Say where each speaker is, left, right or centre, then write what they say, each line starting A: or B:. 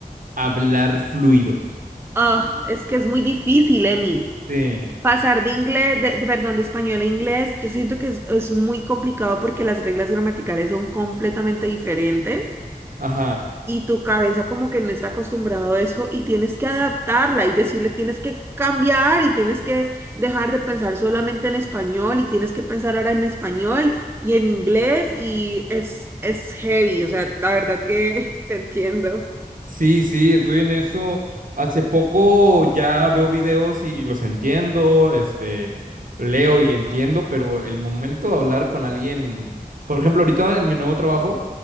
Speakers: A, on the right (about 60°); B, on the right (about 15°).
A: hablar fluido.
B: Ah, es que es muy difícil, Emi.
A: Sí,
B: Pasar de inglés, de, de- perdón, de español a inglés, yo siento que es, es muy complicado porque las reglas gramaticales son completamente diferentes.
A: ajá.
B: y tu cabeza como que no está acostumbrado a eso y tienes que adaptarla y decirle tienes que cambiar y tienes que dejar de pensar solamente en español y tienes que pensar ahora en español y en inglés y es, es heavy, o sea, la verdad que <laughs> te entiendo.
A: Sí, sí, estoy en eso. Hace poco ya veo videos y, y los entiendo, este, leo y entiendo, pero el momento de hablar con alguien, por ejemplo, ahorita en mi nuevo trabajo.